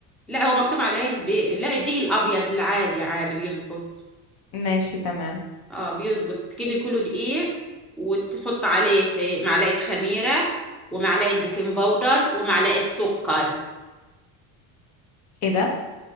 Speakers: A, in the centre; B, on the left.
A: لا هو مكتوب عليه دي... لا الدقيق الابيض العادي عادي بيظبط
B: ماشي تمام
A: اه بيظبط تجيبي كيلو دقيق وتحط عليه معلقه خميره ومعلقه بيكنج باودر ومعلقه سكر
B: ايه ده